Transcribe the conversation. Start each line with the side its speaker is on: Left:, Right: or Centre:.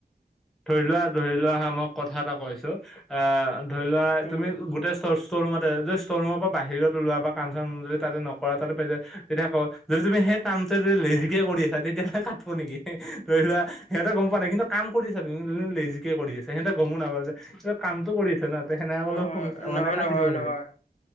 Centre: ধৰি লোৱা ধৰি লোৱা হা মই কথা এটা কৈছো অ ধৰি লোৱা
Left: উম
Centre: তুমি গোটেই ষ্ট'ৰ ৰুমতে যদি ষ্ট'ৰ ৰুমৰ পৰা বাহিৰত ওলোৱা বা কাম চাম যদি তাতে নকৰা তাতে পেজে তেতিয়া আক যদি তুমি সেই কামটো যদি লেজিকে কৰি আছা তেতিয়া হ'লে কা- টিব নেকি ধৰি লোৱা সিহঁতে গম পোৱা নাই কিন্তু কাম কৰিছা তুমি ই লেজি কৰি আছে সিহঁতে গমো নাপালা যে কিবা কামটো কৰি আছে না সেতে সেনেকলো
Left: নহয়
Centre: ফোন
Left: নহয়
Centre: মানে কাটি
Left: নহয়
Centre: দিব এনেকে
Left: নহয়